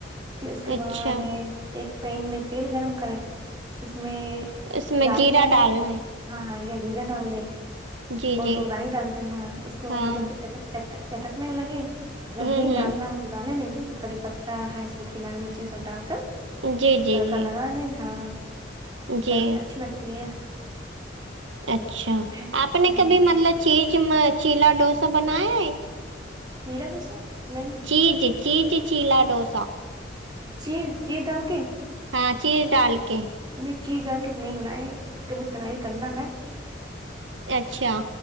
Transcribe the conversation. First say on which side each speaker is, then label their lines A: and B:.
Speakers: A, on the right; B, on the right.
A: پھر اس کے بعد
B: اچھا
A: ایک پین میں تیل گرم کریں اس میں
B: اس میں
A: رائی
B: جیرا
A: ڈال
B: ڈالنا
A: نہ ہے ہاں یا زیرہ ڈال دیں
B: جی
A: بہت
B: جی
A: لوگ رائی ڈالتے ہیں اس کو
B: ہاں
A: مطلب چٹک چٹکنے لگے اگر
B: ہوں
A: ہنگ
B: ہوں
A: ڈالنا ہو تو ڈالیں نہیں تو اس کری پتا ہے سوکھی لال مرچی یے سب ڈال کر
B: جی جی
A: تڑکا
B: جی
A: لگا لیں ہاں
B: جی
A: تو اچھی لگتی ہے
B: اچھا
A: ہ
B: آپ نے کبھی مطلب چیز چیلا ڈوسا بنایا ہے
A: چیرلا دوسا نہیں
B: چیج چیزضج چیلا ڈوسا
A: چیز چیز ڈال کے
B: ہاں چیز ڈال کے
A: کبھی چیز دال کے نہیں بنائے کبھی ٹرائی کرنا ہے
B: اچھا